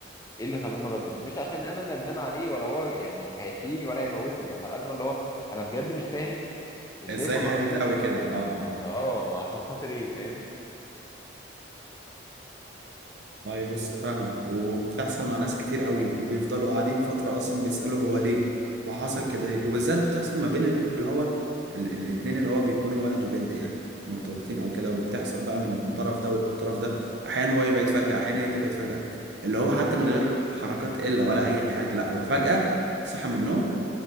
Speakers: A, on the left (about 20°); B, on the right (about 65°).
A: ايه اللي خلاني ما ردش مش عشان انا ندمان عليه ولا هو يعني هيحييني ولا هيموتني بس على قد ما اللي هو انا بجد مش فاهم ازاي
B: ازاي
A: كنا
B: هانت
A: قريبين
B: قوي كده اه اه
A: اه عشان خاطر ايه فاهم
B: والله بص فاهمك وبتحصل مع ناس كتير قوي وبيفضلوا قاعدين فترة أصلا بيسألوا هو ليه وحصل كده ليه وبالذات بتحصل ما بين اللي هو ال- الاتنين اللي هو بيكونوا ولد وبنت يعني مرتبطين أو كده وبتحصل بقى من الطرف ده والطرف ده أحيانا هو يبعد فجأة أحيانا هي تبعد فجأة اللي هو حتى من غير حركات إلا ولا أي حاجة لا هو فجأة صحى من النوم